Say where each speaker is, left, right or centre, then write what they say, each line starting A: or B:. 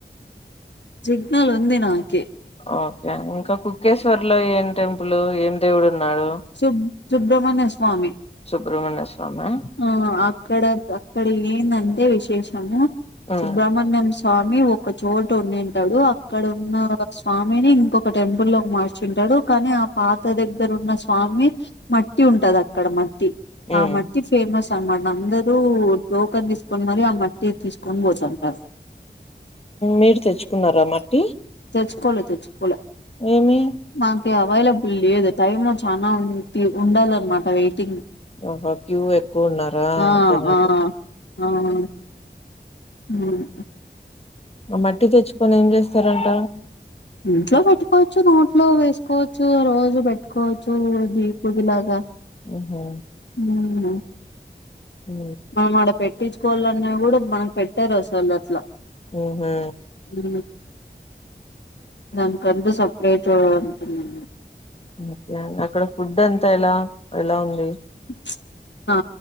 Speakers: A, on the left (about 80°); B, on the left (about 35°).
A: సిగ్నల్ ఉంది నాకే
B: ఓకే ఇంకా కుక్కేశ్వర్ లో ఏం టెంపులు ఏం దేవుడు ఉన్నాడు
A: సుబ్ సుబ్రమణ్య స్వామి
B: సుబ్రహ్మణ్య స్వామి
A: ఆ అక్కడ అక్కడ ఏందంటే విశేషము
B: ఉమ్
A: సుబ్రహ్మణ్యం స స్వామి ఒక చోటు ఉండివుంటాడు అక్కడ ఉన్న స్వామిని ఇంకొక టెంపుల్ లోకి మార్చ చింటడు కానీ ఆ పాత దగ్గర ఉన్న స స్వామి మట్టి ఉంటది అక్కడ మట్టి ఆ
B: ఉమ్
A: మట్టి ఫేమస్ అన్ మన్ అందరు టోకెన్ తీసుకొని మరి ఆ మట్టి తీసుకొని పోతుంటారు
B: మీరు తెచ్చుకున్నారా మట్టి
A: తెచ్చుకోలే తెచ్చుకోలే
B: ఏమి
A: మాకు అవైలబుల్ లేదు టైమ్ చనా ఉ ఉండాలన్నమాట వెయిటింగ్
B: ఆహా క్యూ ఎక్కువ ఉన్నారా
A: ఆ
B: జనాలు
A: ఆ అవును ఉమ్
B: అ మట్టి తెచ్చుకొని ఏం చేస్తారంట
A: ఇంట్లో పెట్టుకోవచ్చు నోట్లో వేసుకోవచ్చు రోజు పెట్టుకోవచ్చు విబూదిలాగా
B: ఉహు
A: ఉహ్మ్
B: ఉ
A: మనం ఆడ పెట్టించుకోవాలన్న కూడా మనం పెట్టరు అసలు అట్లా
B: ఉహు
A: ఉ దానికంటూ సపరేట్ ఉంటుందండి
B: ఓకే అక్కడ ఫుడ్ అంతా ఎల ఎలా ఉంది
A: చ్ ఆ